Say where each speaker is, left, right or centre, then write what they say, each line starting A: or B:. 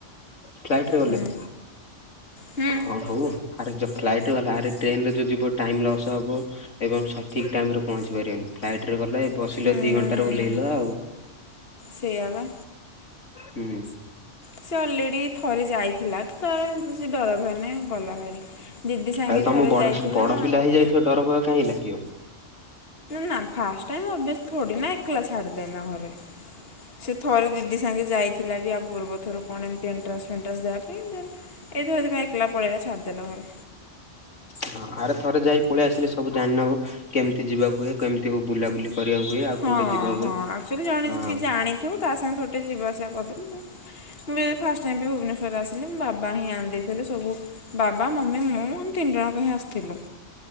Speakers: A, on the left; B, on the left.
A: ଫ୍ଲାଇଟ ରେ
B: ହୁଁ
A: ଗଲେ।
B: ହୁଁ
A: ହଁ ହଉ ଆରେ ଯଉ ଫ୍ଲାଇଟ ଗଲେ ଆରେ ଟ୍ରେନରେ ଯୋଉ ଯିବ ଟାଇମ ଲସ୍ ହବ। ଏବଂ ସେ ଠିକ ଟାଇମ ରେ ପହଞ୍ଚି ପାରିବେନି। ଫ୍ଲାଇଟ ରେ ଗଲେ ବସିଲ
B: ହୁଁ
A: ଦି ଘଣ୍ଟାରେ ଓହ୍ଲେଇଲ ଆଉ।
B: ସେଇଆ ବା।
A: ହୁଁ।
B: ସେ ଅଲରେଡି ଥରେ ଯାଇଥିଲା। ତ ତାର ଏମିତି ସେ ଡର ଭୟ ନାଇ ଗଲା ଭାରି। ଦିଦି ସାଙ୍ଗେ
A: ଆଉ ତମ
B: ଥରେ
A: ବଡ
B: ଯାଇଥିଲା।
A: ବଡ ପିଲା ହେଇଯାଇଥିବ ଡର ଭୟ କାହିଁ ଲାଗିବ?
B: ନା ଫାଷ୍ଟ ଟାଇମ ଓବିଏସ୍ ଥୋଡ଼ି ନା ଏକଲା ଛାଡ଼ଦେବେ ଆମ ଘରେ। ସେ ଥରେ ଦିଦି ସାଙ୍ଗେ ଯାଇଥିଲା ବି ଆଉ ପୂର୍ବ ଥର କଣ ଏମତି ଏଣ୍ଟ୍ରାନ୍ସ ଫେଣ୍ଟ୍ରାସ ଦେବା ପାଇଁ। ଦେନ୍ ଏଥି ଏଇଥି ପାଇଁ ଏକଲା ପଲେଇଲା ଛାଡ଼ି ଦେଲେ ଘରେ।
A: ହଁ ଆରେ ଥରେ ଯାଇ ପଳେଇ ଆସିଲେ ସବୁ ଜାଣିନବ। କେମିତି ଯିବାକୁ ହୁଏ କେମିତି ବୁଲାବୁଲି କରିବାକୁ ହୁଏ ଆଉ
B: ହଁ
A: କୋଉଠି ଯିବାକୁ
B: ହଁ
A: ହୁଏ
B: ଆକଚୁଆଲି ଜଣେ
A: ହଁ
B: କି ଜାଣିଥିବ ତା ସାଙ୍ଗେ ଥରୁଟେ ଯିବା ଆସିବା କରିଦେଲେ ମୁଁ ଯେବେ ଫାଷ୍ଟ ଟାଇମ୍ ପାଇଁ ଭୁବନେଶ୍ୱର ଆସିଲି ମୋ ବାବା ହିଁ ଆଣିଦେଇଥିଲେ ସବୁ ବାବା, ମମି, ମୁଁ ଆମେ ତିନି ଜଣଙ୍କ ହିଁ ଆସିଥିଲୁ।